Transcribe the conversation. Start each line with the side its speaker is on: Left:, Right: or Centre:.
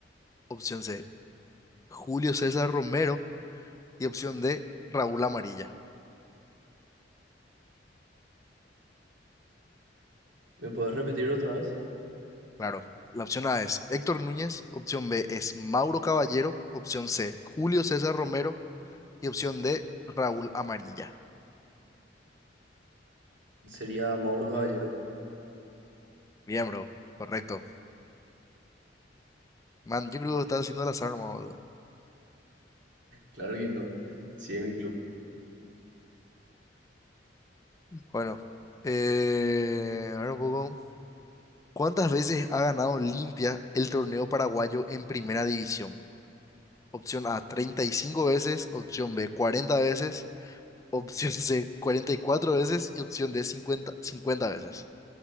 Left: Opción C, Julio César Romero y opción D, Raúl Amarilla.
Right: ¿Me puedes repetir otra vez?
Left: Claro, la opción A es Héctor Núñez, opción B es Mauro Caballero, opción C, Julio César Romero y opción D, Raúl Amarilla.
Right: Sería Mauro Caballero.
Left: Bien, bro, correcto. Man, yo creo que lo estás haciendo al azar, nomás, boludo.
Right: Claro que no. Sí, es mi club.
Left: Bueno, eh, a ver un poco. ¿Cuántas veces ha ganado Limpia el torneo paraguayo en primera división? Opción A, 35 veces, opción B, 40 veces, opción C 44 veces y opción D cincuenta cincuenta veces.